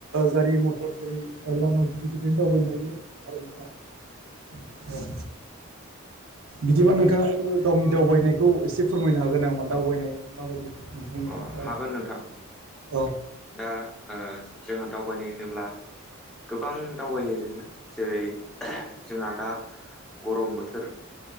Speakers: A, on the right; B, in the centre.
A: गारि मथर जेरै लामा गिदिर गदिर ओरैनो दावबायनो हायो आरो नोंथां औ बिदिबा नोंथाङाबो गावनि दावबायनायखौ एसे फोरमायनो हागोन नामा
B: औ
A: दावबायनाया माबायदि नोंथांनिया
B: अ
A: औ
B: हागोन नोंथां
A: औ
B: दा ओ जोंहा दावबायनाय होनोब्ला गोबां दावबायो जोङो जेरै जोंहा दा गरम बोथोर